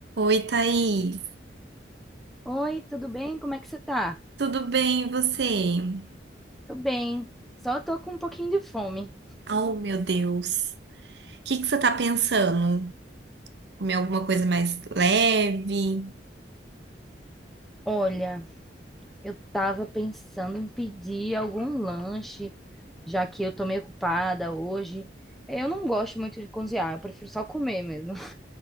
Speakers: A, on the right; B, in the centre.
A: Oi, Thaís.
B: Oi, tudo bem? Como é que você tá?
A: Tudo bem, e você?
B: Tô bem, só tô com um pouquinho de fome.
A: Oh, meu Deus. O que que você tá pensando? Comer alguma coisa mais leve?
B: Olha, eu tava pensando em pedir algum lanche, já que eu tô meio ocupada hoje. É, Eu não gosto muito de cozinhar, eu prefiro só comer mesmo.